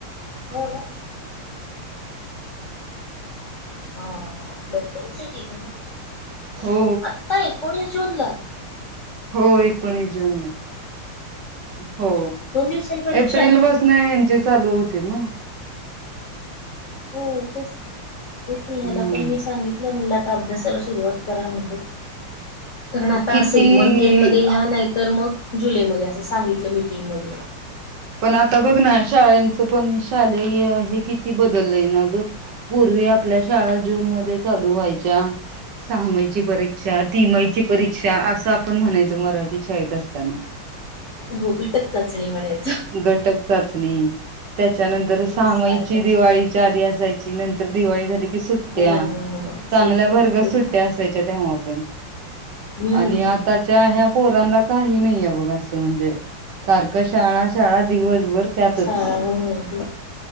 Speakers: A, on the left; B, on the right.
A: हो ना हा लवकरच आहे की गं मग
B: हो
A: आता एकोणीस जून ला
B: होय एकोणीस जूनला हो
A: दोन दिवसांनी परीक्षा
B: एप्रिल
A: आहे
B: पासून यांची चालू होतील ना
A: हो तेच ना तेच
B: हम्म
A: मी ह्याला पण मी सांगितलं म्हणलं आता अभ्यासाला सुरवात करा म्हणून कारण आता
B: किती
A: असेल मंथं ऐन्ड मध्ये ह्या नाहीत मग जुलैमध्ये असं सांगितलं मीटिंग मध्ये
B: पण आता बघ ना शाळेंच पण शालेय हे किती बदललंय ना गं पुर्विच ते आपल्या शाळा जून मध्ये चालू व्हायच्या सहामाईच्या परीक्षा तीमाई ची परीक्षा च्या असं आपण म्हणायचं मराठी शाळेत असताना
A: हो घटक चाचणी म्हणायचं
B: घटक चाचणी त्याच्यानंतर सहामाईची
A: वीस मार्काच्या.
B: दिवाळीच्या आधी असायची नंतर दिवाळी झाली की सुट्ट्या
A: हो हो
B: चांगल्या
A: सुट्ट्या
B: वर्ग
A: तेच
B: सुट्ट्या
A: ना
B: असायच्या तेव्हा आपण
A: हम्म
B: आणि आताच्या ह्या पोरांना काही नाही बग अस म्हणजे सारख शाळा शाळा दिवसभर त्यातच.
A: शाळा नव्हतीच